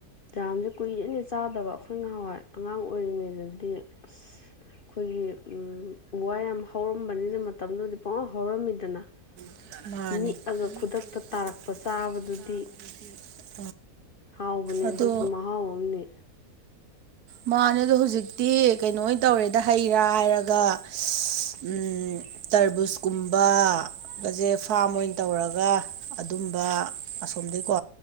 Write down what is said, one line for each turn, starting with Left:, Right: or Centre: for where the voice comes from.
Left: ꯌꯥꯝꯁꯦ ꯀꯨꯏꯔꯦꯅꯦ ꯆꯥꯗꯕ ꯑꯩꯈꯣꯏ ꯉꯍꯥꯟꯋꯥꯏ ꯑꯉꯥꯡ ꯑꯣꯏꯔꯤꯉꯩꯗꯗꯤ ꯑꯁ ꯑꯩꯈꯣꯏꯒꯤ ꯎ ꯋꯥ ꯌꯥꯝ ꯍꯧꯔꯝꯕꯅꯤꯅ ꯃꯇꯝꯗꯨꯗꯤ ꯄꯨꯡꯉ ꯍꯧꯔꯝꯃꯤꯗꯅ
Right: ꯃꯥꯅꯦꯥꯛꯄꯥꯕꯗꯤ
Left: ꯅꯤꯛꯑꯒ ꯈꯨꯗꯛꯇ ꯇꯥꯔꯛꯄ ꯆꯥꯕꯗꯨꯗꯤ ꯍꯥꯎꯕꯅꯦ
Right: ꯑꯗꯣ
Left: ꯑꯗꯨꯁꯨ ꯃꯍꯥꯎ ꯑꯃꯅꯤ
Right: ꯃꯥꯅꯦ ꯑꯗꯣ ꯍꯧꯖꯤꯛꯇꯤ ꯀꯩꯅꯣ ꯇꯧꯔꯦꯗ ꯍꯩꯔꯥ ꯍꯥꯏꯔꯒ ꯎꯝ ꯇꯔꯕꯨꯁꯀꯨꯝꯕ ꯒꯁꯦ ꯐꯥꯝ ꯑꯣꯏꯅ ꯇꯧꯔꯒ ꯑꯗꯨꯝꯕ ꯁꯣꯝꯗꯩꯀꯣ